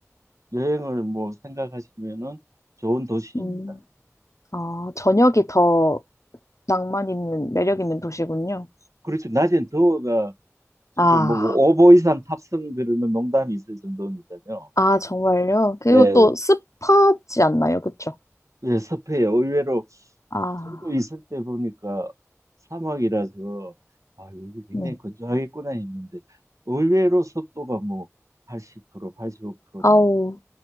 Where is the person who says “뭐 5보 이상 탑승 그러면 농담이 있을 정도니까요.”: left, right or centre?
Right